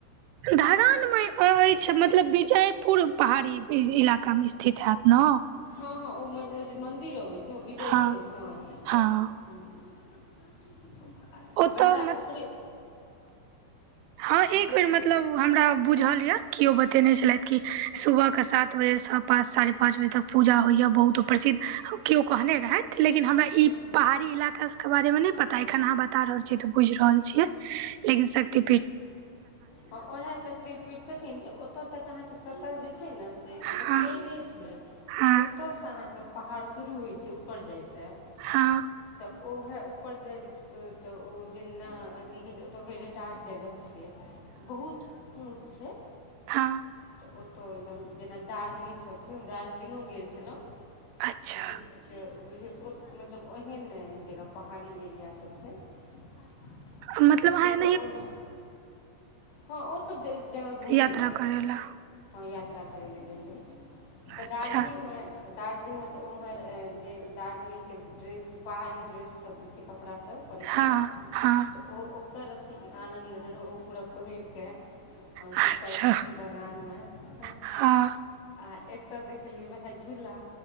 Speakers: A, on the right; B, on the left.
A: धरानमे ई कहय छै मतलब विजयपुर पहाड़ी ई इलाकामे स्थित हैत न?
B: हं हं ओ मने जे मन्दिर अबै छै ने ओ विजयपुरमे
A: हँ
B: हं।
A: हँ।
B: हुं <inaudible> त
A: ओतऽ
B: उहे ओकरे
A: हं
B: हँ
A: एकबेर
B: की कहलियै
A: मतलब हमरा बुझल या किओ बतेने छलथि कि सुबह का सात बजेसं पाँच साढ़े पाँच बजे तक पूजा होइया बहुत प्रसिद्ध, किओ कहने रहथि। लेकिन हमरा ई
B: हूँ हूँ
A: पहाड़ी इलाका सबके बारे मे नै पता, एखनि अहाँ बता रहल छियै त बुझि रहल छियै। लेकिन शक्ति
B: ओहा शक्ति पीठ छथिन तऽ ओत तक अहाँके सत जे छै ने मतलब
A: हँ
B: प्लेने छै
A: हँ
B: ओतयसँ अहाँके पहाड़ शुरू होइ छै ऊपर जाइसँ
A: हँ
B: तऽ ओहे ऊपर जाय तऽ ओ जेना की कह छै ओतय आर जगह छै बहुत ऊँच छै
A: हां
B: त ऽ ओतऽ एकदम जेना दार्जलिंग सब छै हम दार्जलि्ंगो गेल छलहुँ
A: अच्छा
B: तऽ बु बुझियौ <unintelligible> मतलब ओहन नैय जगह पहाड़ी एरिया सब छै सात <inaudible>
A: मतलब ओ है
B: ओ है हँ ओ सब जगह घुमैल
A: यात्रा करै लए
B: यात्रा करै लए गेल रहै तऽ
A: अच्छा
B: दार्जिलिंग में तऽ दार्जिलिंग में तऽ ओम्हर जे दार्जिलिंग के ड्रेस पहाड़ी ड्रेस सब जे छै कपड़ा सँ परिधान
A: हँ हँ
B: तऽ ओ ओकर अथीक आनन्द लेने रहौ ओ पूरा पहिरकेऽ ओर
A: अच्छा
B: सब चायपत्ती बगान में
A: हँ
B: आ एत देखलिये वएह झूला